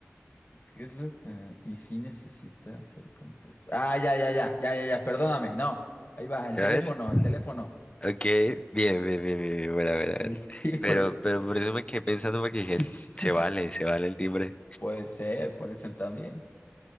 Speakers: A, on the left (about 45°); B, on the left (about 25°).
A: ¿Qué es lo que... Y sí necesita ser contestado. Ah, ya, ya, ya, ya, ya, ya, perdóname, no. Ahí va, el
B: A
A: teléfono,
B: ver.
A: el teléfono.
B: Ok, bien, bien, bien, bien, bien, bueno, bueno, bueno.
A: El timbre.
B: Pero, pero por eso me quedé pensando porque
A: <laughs>
B: dije, el-
A: Sí,
B: se
A: sí.
B: vale, se vale el timbre.
A: Puede ser, puede ser también.